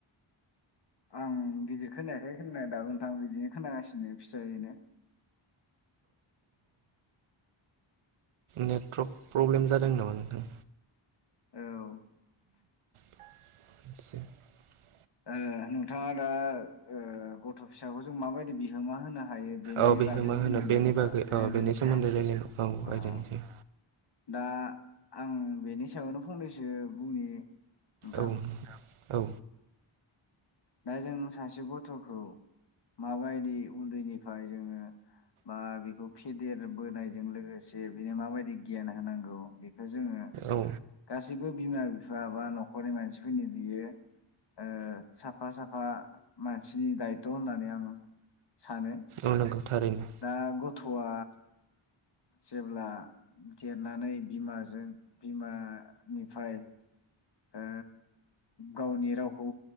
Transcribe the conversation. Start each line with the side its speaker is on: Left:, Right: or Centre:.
Left: आं गिदिर खोनायाखै खोननाया दाबो नोंथां बिदिनो खोनागासिनो फिसायैनो
Right: नेतट्रक प्रब्लेम जादों नामा नोंथां?
Left: औ
Right: <inaudible>
Left: ओ नोंथाङा दा ओ गथ' फिसाखौ जों माबायदि बिहोमा होनो हायो बेनि
Right: औ बिहोमा
Left: बागै बुंदों
Right: होनो
Left: मोनना
Right: बेनि
Left: नोंथाङा
Right: बागै
Left: बे
Right: औ
Left: आयदा
Right: बेनि
Left: नि
Right: सोमोन्दै
Left: सायाव
Right: रायलायनो औ
Left: उम
Right: आयदानि सायाव
Left: दा आं बेनि सा यावनो फंनैसो बुंनि नोंथां
Right: औ औ
Left: दा जों सासे गथ'खौ माबायदि उन्दैनिफाय जोङो बा बेखौ फेदेरबोनायजों लोगोसे बेनो माबायदि गियान होनांगौ बेख जोङो
Right: औ
Left: गासैबो बिमा बिफा बा न'खरनि मानसिफोरनि बियो ओ साथ फा साफा मानसिनि दायथ' होननानै आं सानो
Right: औ नंगौ थारैनो
Left: दा गथ'आ जेब्ला देरनानै बिमाजों बिमानिफाय ओ गावनि राव खौ